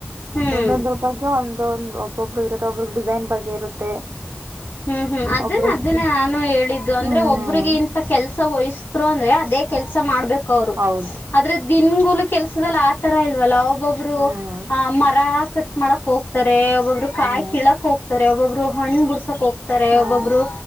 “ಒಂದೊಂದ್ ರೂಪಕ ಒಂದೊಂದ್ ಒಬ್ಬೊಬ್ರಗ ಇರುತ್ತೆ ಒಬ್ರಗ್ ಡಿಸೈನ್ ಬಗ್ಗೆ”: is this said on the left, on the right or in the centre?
Right